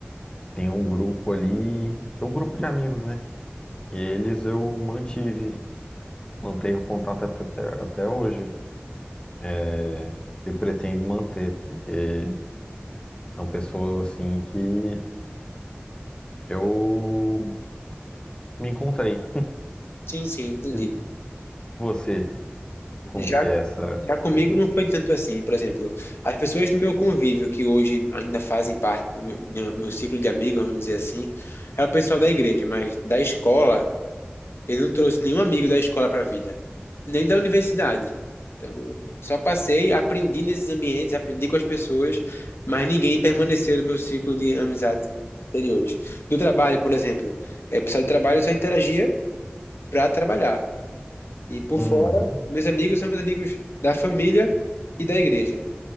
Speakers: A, on the left; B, on the left.
A: tem um grupo ali, que é um grupo de amigos, né? Eles eu mantive Mantenho contato até, até até hoje. É, e pretendo manter, porque são pessoas assim que eu me encontrei.
B: Sim, sim, entendi.
A: E você, como
B: Já,
A: que é essa
B: já comigo
A: questão?
B: não foi tanto assim, por exemplo, as pessoas do meu convívio que hoje ainda fazem parte do meu, minha- meu ciclo de amigos, vamos dizer assim, é o pessoal da igreja, mas da escola Ele não trouxe nenhum amigo da escola para a vida, nem da universidade. Então, eu só passei, aprendi nesses ambientes, aprendi com as pessoas, mas ninguém permaneceu no meu ciclo de amizades anteriores. Do trabalho, por exemplo, é, o pessoal do trabalho eu só interagia para trabalhar. E por
A: Uhum,
B: fora, meus amigos são meus amigos da família e da igreja.